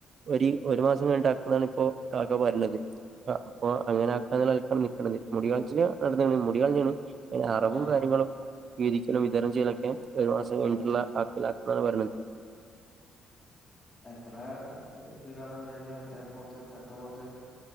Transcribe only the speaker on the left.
ആ
ഉം
എത്ര കിലോന് ഇണ്ടായിന് മറ്റേ പോത്ത് ചത്ത പോത്ത്?